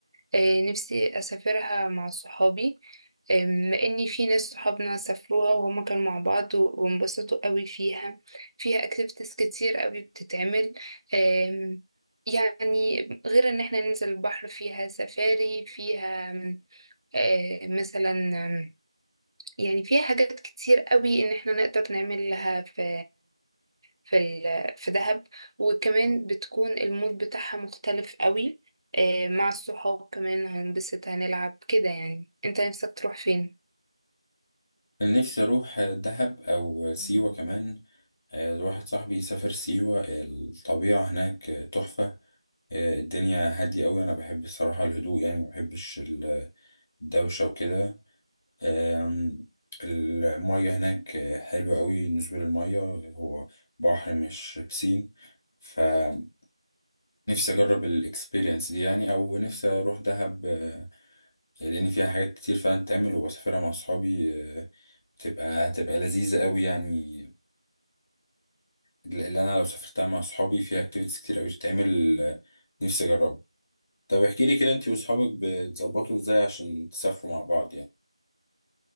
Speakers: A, on the right (about 45°); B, on the left (about 20°).
A: آه، نفسي أسافرها مع صحابي آم، إني في ناس صحابنا سافروها وهما كانوا مع بعض و- وانبسطوا أوي فيها فيها اكتيفيتيز كتير أوي بتتعمل آم، يعني غير إن احنا ننزل البحر فيها سفاري فيها آم، آه، مثلا آم، يعني فيها حاجات كتير أوي إن احنا نقدر نعملها في في ال- في دهب وكمان بتكون المود بتاعها مختلف قوي آه، مع الصحاب كمان هنبسط هنلعب كده يعني انت نفسك تروح فين
B: انا نفسي اروح آه، دهب او سيوة كمان آه، واحد صاحبي سافر سيوة الطبيعة هناك آه، تحفة آه، الدنيا هادية أوي أنا بحب الصراحة الهدوء يعني ما بحبش ال- الدوشة وكده آم، المية هناك آه، حلوة أوي بالنسبة للمية هو بحر مش بسين فنفسي أجرب الإكسبيرينس دي يعني أو نفسي أروح دهب آه، لان فيها حاجات كتير فعلا تتعمل وبسافرها مع اصحابي آه، بتبقى هتبقى لذيذه قوي يعني اللي انا لو سافرتها مع اصحابي فيها اكتيفيتيز كتير قوي تتعمل آه، نفسي اجربها طب احكي لي كده انت واصحابك بتظبطوا ازاي عشان تسافروا مع بعض يعني